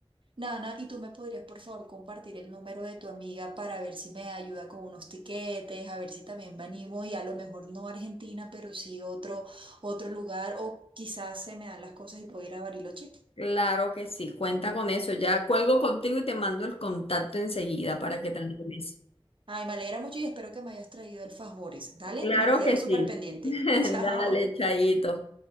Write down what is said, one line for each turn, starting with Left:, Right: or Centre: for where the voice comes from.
Right: Nana, ¿y tú me podrías por favor compartir el número de tu amiga para ver si me ayuda con unos tiquetes, a ver si también me animo y a lo mejor no Argentina, pero sí otro, otro lugar o quizás se me dan las cosas y puedo ir a Bariloche?
Left: Claro que sí, cuenta con eso. Ya cuelgo contigo y te mando el contacto enseguida para que te animes.
Right: Ay, me alegra mucho y espero que me hayas traído el favores. Dale,
Left: Claro
Right: me quedo
Left: que
Right: súper
Left: sí.
Right: pendiente.
Left: <laughs> Dale,
Right: <laughs> Chao.
Left: Chayito.